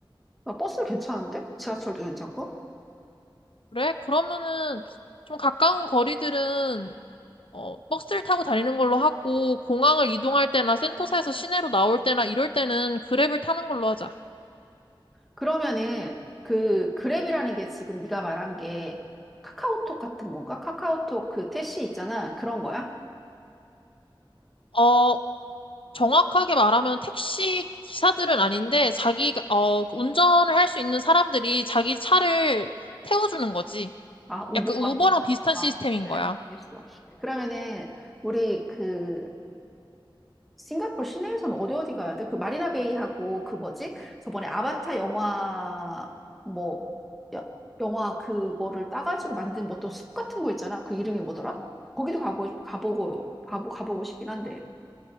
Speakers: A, in the centre; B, on the left.
A: 아, 버스 괜찮은데? 지하철도 괜찮고?
B: 그래? 그러면은 좀 가까운 거리들은 어, 버스를 타고 다니는 걸로 하고 공항을 이동할 때나 센터사에서 시내로 나올 때나 이럴 때는 그랩을 타는 걸로 하자.
A: 그러면은 그 그랩이라는 게 지금 네가 말한 게 카카오톡 같은 건가? 카카오톡 그 택시 있잖아. 그런 거야?
B: 어, 정확하게 말하면 택시 기사들은 아닌데 자기 어, 운전을 할 수 있는 사람들이 자기 차를 태워주는 거지.
A: 아, 우버
B: 약간 우버랑
A: 같은.
B: 비슷한
A: 아,
B: 시스템인
A: 그래.
B: 거야.
A: 알겠어. 그러면은 우리 그 싱가포르 시내에서는 어디 어디 가야 돼? 그 마리나 베이하고 그 뭐지? 저번에 아바타 영화 뭐 여- 영화 그거를 따가지고 만든 뭐 또 숲 같은 거 있잖아. 그 이름이 뭐더라? 거기도 가고 가보고 가보- 가보고 싶긴 한데.